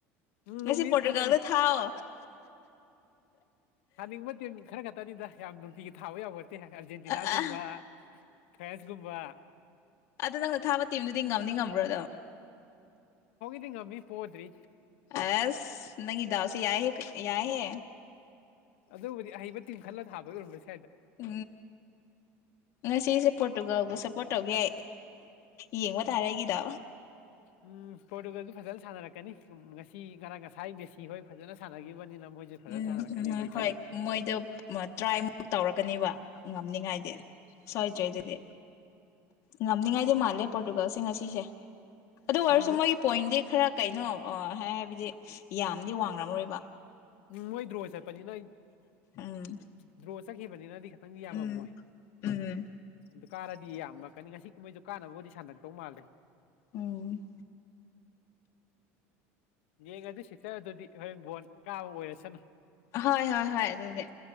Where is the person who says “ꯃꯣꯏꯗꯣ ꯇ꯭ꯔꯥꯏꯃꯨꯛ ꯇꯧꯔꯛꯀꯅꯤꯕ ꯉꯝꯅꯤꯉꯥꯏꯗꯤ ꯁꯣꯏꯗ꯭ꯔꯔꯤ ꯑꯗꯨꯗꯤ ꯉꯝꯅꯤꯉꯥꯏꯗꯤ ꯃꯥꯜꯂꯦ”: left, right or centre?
Left